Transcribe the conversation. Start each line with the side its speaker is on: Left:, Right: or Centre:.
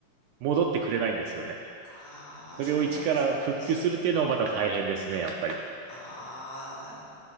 Right: 戻ってくれないんですよね。
Left: ああ、
Right: それを一から復旧するっていうのもまた大変ですね、
Left: そうなんです。ええ。
Right: やっぱり。
Left: ああ、